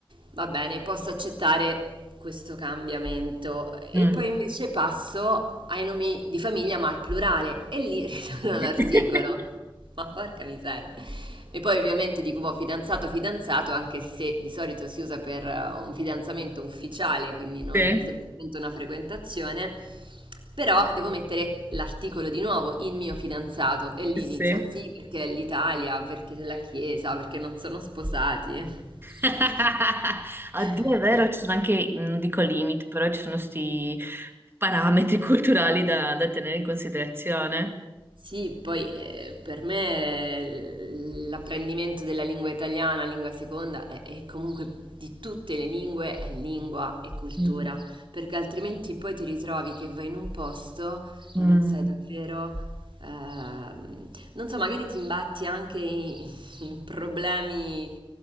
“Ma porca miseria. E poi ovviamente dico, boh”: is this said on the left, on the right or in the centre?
Right